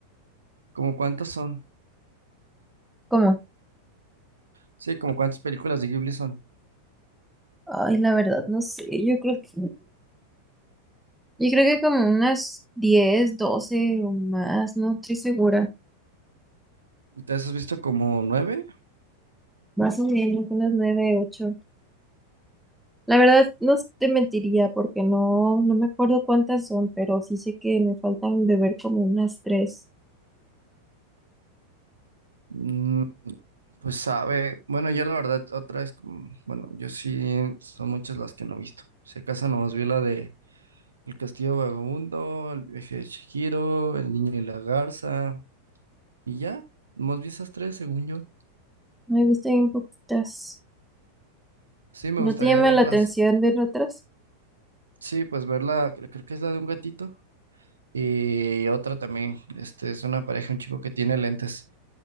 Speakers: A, on the right; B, in the centre.
A: ¿Cómo cuántas son?
B: ¿Cómo?
A: Sí, como cuántas películas de Ghibli son.
B: Ay, la verdad, no sé, yo creo que... Yo creo que como unas 10 12 o más, no estoy segura.
A: Entonces, ¿has visto como nueve?
B: Más o menos, unas 9 ocho La verdad, no te mentiría porque no, no me acuerdo cuántas son, pero sí sé que me faltan de ver como unas tres.
A: Mm, Pues sabe, bueno, yo la verdad, otra vez, como- bueno, yo sí, son muchas las que no he visto. Si acaso nomás vi la de El Castillo Vagabundo, El viaje de Chihiro, El Niño y la Garza, y ya, nomás vi esas tres, según yo.
B: No he visto bien poquitas.
A: Sí, me
B: No
A: gustaría
B: te llama
A: verlas.
B: la atención ver otras,
A: Sí, pues verla, creo que es la de un gatito. Y otra también, este, es una pareja, un chico que tiene lentes.